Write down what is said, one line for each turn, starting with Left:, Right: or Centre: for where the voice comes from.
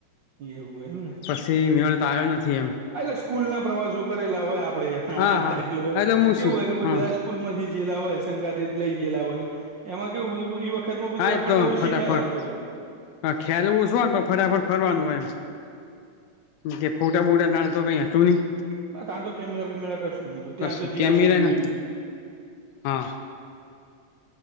Right: એવું એમ ને
Left: સ મેલ તો આ આવયો નથી. એમ
Right: એટલે સ્કૂલ ના પ્રવાસો કરેલા હોય આપડે
Left: હા
Right: ના હતા
Left: હા
Right: એટલે તો
Left: મુસી
Right: કેવું હોય, કે ભ
Left: હા
Right: બધા સ્કૂલ માંથી જયેલા હોય સંગાત લઈ ગયેલા હોય, ને એમાં કેવું બધું એ વત ખખત માં બધું
Left: હા
Right: આપણને
Left: તો
Right: ઓછી
Left: ફટાફટ
Right: ખ્યાલ આવતો હોય.
Left: હા ખેલવું છુને, પણ ફટાફટ ફરવાનું હોય એમ કે ફોટા બોટા તણ તો કઈ હતું નહી
Right: બ ત આં તો કેમેરા વેમેરા કશું નતુ, ત્યાં
Left: કશું
Right: તો જે
Left: કેમેરા
Right: આપડે જોય
Left: ના હા